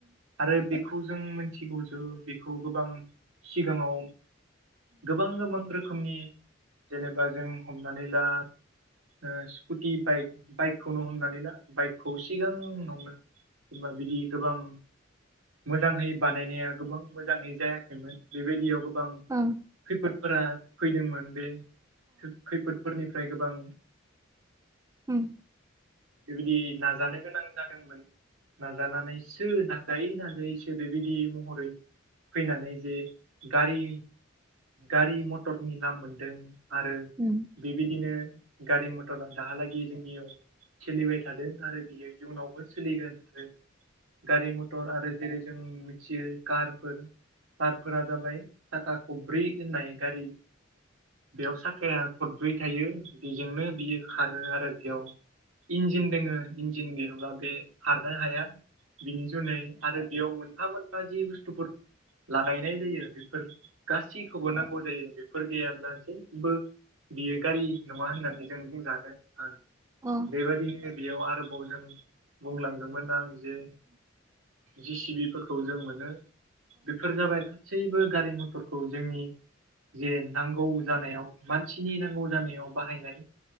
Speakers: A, on the right (about 85°); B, on the right (about 15°).
A: आरो बेखौ जों मिथिगौ ज बेखौ गोबां सिगाङाव गोबां गोबां रोखोमनि जेनेबा जों हमनानै ला ओ स्कुटि बाइक बाइकखौनो हमनानै ला बाइकखौ सिगाङावनो सोरबा बिदि गोबां मोजांहै बानायनाया गोबां मोजाङै जायाखैमोन बेबायदियाव गोबां
B: ओं
A: खैफोदफोरा फैदोंमोन बे खैफोदफोरनिफ्राय गोबां
B: उम
A: बेबायदि नाजानो गोनां जादोंमोन नाजानानैसो न जायो नाजायोसो बेबायदि महरै फैनानै जे गारि गारि मटरनि नाम मोनदों आरो
B: उम
A: बेबायदिनो गारि मथरा दाहालागै जोंनियाव सोलिबाय थादों आरो बियो इउनावबो सोलिगोन आरो गारि मथर आरो जेरै जों मिथियो कारफोर कारफोरा जाबाय साखा खबब्रै होननाय गारि बेयाव साखाया खदब्रै थायो बेजोंनो बियो खारो आरो बेयाव इन्जिन दोङो इन्जिन गैयाब्ला बे खार हाया बिनि जुनै आरो बेयाव मोनफा मोन जि बुस्थुफोर लागायनाय जायो बेफोर गासै खौबो नांगौ जायो बेफोर गैयाब्ला जेबो बियो गारि नङा होननानै जों बुंजागोन ओ
B: अ
A: बेबायदिनो बेयाव आरोबाव जों बुंलांदोंमोन आं जे जिसिबिफोरखौ जों मोनो बेफोर जाबाय दा गासैबो गारि मथरखौ जोंनि जे नांगौ जानायाव मानसिनि नांगौ जानायाव बाहायनाय